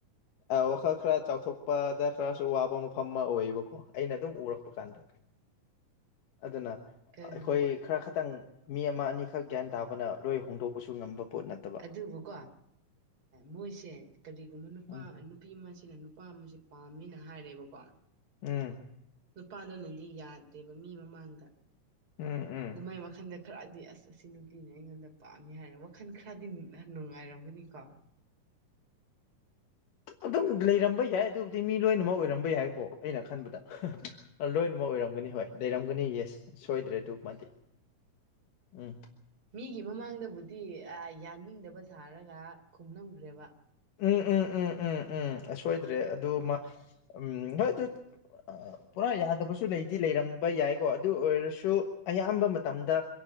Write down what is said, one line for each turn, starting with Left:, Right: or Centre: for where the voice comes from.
Left: ꯋꯥꯈꯜ ꯈꯔ ꯆꯥꯎꯊꯣꯛꯄꯗ ꯈꯔꯁꯨ ꯋꯥꯕ ꯃꯐꯝ ꯑꯃ ꯑꯣꯏꯌꯦꯕꯀꯣ ꯑꯩꯅ ꯑꯗꯨꯝ ꯎꯔꯛꯄ ꯀꯥꯟꯗ ꯑꯗꯨꯅ
Right: ꯑꯦ
Left: ꯑꯩꯈꯣꯏ ꯈꯔ ꯈꯇꯪ ꯃꯤ ꯑꯃ ꯑꯅꯤꯈꯛ ꯒ꯭ꯌꯥꯟ ꯇꯥꯕꯅ ꯂꯣꯏ ꯍꯣꯡꯗꯣꯛꯄꯁꯨ ꯉꯝꯕ ꯄꯣꯠ ꯅꯠꯇꯦ
Right: ꯑꯗꯨꯕꯨꯀꯣ ꯃꯣꯏꯁꯦ ꯀꯔꯤꯒꯨꯝꯕ ꯅꯨꯄꯥ
Left: ꯎꯝ
Right: ꯅꯨꯄꯤ ꯑꯃꯁꯤꯅ ꯅꯨꯄꯥ ꯑꯃꯁꯁꯤ ꯄꯥꯝꯃꯦꯅ ꯍꯥꯏꯔꯦꯕꯀꯣ
Left: ꯎꯝ
Right: ꯅꯨꯄꯥꯗꯨꯣ ꯅꯪꯗꯤ ꯌꯥꯗꯦꯕ ꯃꯤ ꯃꯃꯥꯡꯗ
Left: ꯎꯝ ꯎꯝ
Right: ꯑꯗꯨꯃꯥꯏ ꯋꯥꯈꯟꯗ ꯈꯔꯗꯤ ꯑꯁ ꯑꯁꯤ ꯅꯨꯄꯤꯅ ꯑꯩꯉꯣꯟꯗ ꯄꯥꯝꯃꯤ ꯍꯥꯏꯔ ꯋꯥꯈꯜ ꯈꯔꯗꯤ ꯅꯨꯡꯉꯥꯏꯔꯝꯒꯅꯤꯀꯣ
Left: ꯑꯗꯨꯝ ꯂꯩꯔꯝꯕ ꯌꯥꯏ ꯑꯗꯨꯕꯨꯗꯤ ꯃꯤ ꯂꯣꯏꯅꯃꯛ ꯑꯣꯏꯔꯝꯕ ꯌꯥꯏꯀꯣ ꯑꯩꯅ ꯈꯟꯕꯗ ꯂꯣꯏꯅꯃꯛ ꯑꯣꯏꯔꯝꯒꯅꯤ ꯍꯣꯏ ꯂꯩꯔꯝꯒꯅꯤ ꯌꯦꯁ ꯁꯣꯏꯗ꯭ꯔꯦ ꯑꯗꯨ ꯃꯥꯗꯤ ꯎꯝ
Right: ꯃꯤꯒꯤ ꯃꯃꯥꯡꯗꯕꯨꯗꯤ ꯌꯥꯅꯤꯡꯗꯕ ꯁꯥꯔꯒ ꯈꯨꯝꯂꯝꯈ꯭ꯔꯦꯕ
Left: ꯎꯝ ꯎꯝ ꯎꯝ ꯎꯝ ꯎꯝꯁꯣꯏꯗ꯭ꯔꯦ ꯑꯗꯨ ꯃꯥ ꯎꯝ ꯍꯣꯏ ꯑꯗꯨ ꯐꯖꯅꯥ ꯇꯥꯗꯔꯦ <inaudible> ꯄꯨꯔꯥ ꯌꯥꯗꯕꯁꯨ ꯂꯩꯗꯤ ꯂꯩꯔꯝꯕ ꯌꯥꯏꯀꯣ ꯑꯗꯨ ꯑꯣꯏꯔꯁꯨ ꯑꯌꯥꯝꯕ ꯃꯇꯝꯗ